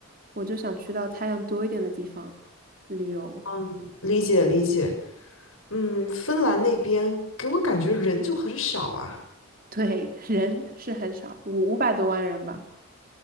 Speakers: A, on the right; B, on the left.
A: 我就想去到太阳多一点的地方旅游。
B: 嗯，理解理解，嗯，芬兰那边给我感觉人就很少啊
A: 对，人是很少，五五百多万人吧，